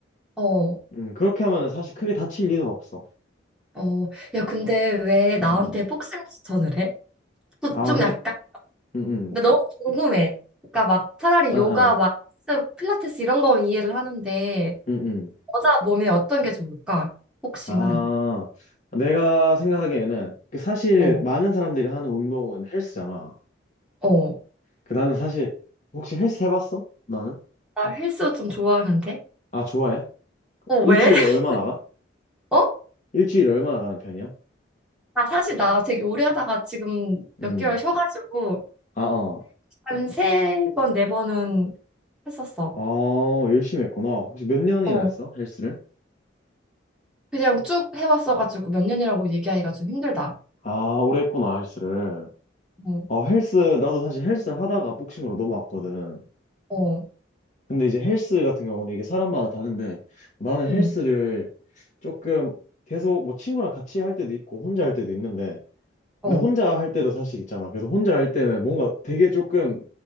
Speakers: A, in the centre; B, on the left.
A: 어.
B: 음, 그렇게 하면은 사실 크게 다칠 리는 없어.
A: 어. 야, 근데 왜 나한테
B: 음, 음.
A: 복싱 추천을 해? 저
B: 아,
A: 좀
B: 근,
A: 약간
B: 음,
A: 근데
B: 음.
A: 너무 궁금해. 그러니까 막 차라리
B: 아,
A: 요가
B: 아,
A: 막 헬스, 필라테스 이런 거면 이해를 하는데
B: 음, 음.
A: 여자 몸에 어떤 게 좋을까? 복싱은
B: 아, 내가 생각하기에는 그 사실
A: 어,
B: 많은 사람들이 하는 운동은 헬스잖아.
A: 어.
B: 그 나는 사실 혹시 헬스 해봤어? 나는?
A: 나 헬스 좀 좋아하는데.
B: 아, 좋아해?
A: 어,
B: 일주일에
A: 왜? <laughs>
B: 얼마나 가?
A: 어?
B: 일주일에 얼마나 가는 편이야?
A: 아, 사실 나 되게 오래 하다가 지금
B: 음.
A: 몇 개월 쉬어가지고
B: 아, 어.
A: 한 세 번, 네 번은 했었어.
B: 아, 열심히 했구나. 혹시 몇 년이나
A: 어.
B: 했어? 헬스를?
A: 그냥 쭉 해왔어가지고 몇 년이라고 얘기하기가 좀 힘들다.
B: 아, 오래 했구나, 헬스를.
A: 어,
B: 아 헬스, 나도 사실 헬스를 하다가 복싱으로 넘어왔거든.
A: 어,
B: 근데 이제 헬스 같은 경우는 이게 사람마다 다른데 나는 헬스를
A: 응
B: 조금 계속 뭐 친구랑 같이 할 때도 있고 혼자 할 때도 있는데
A: 어.
B: 근데 혼자 할 때도 사실 있잖아. 그래서 혼자 할 때는 뭔가 되게 조금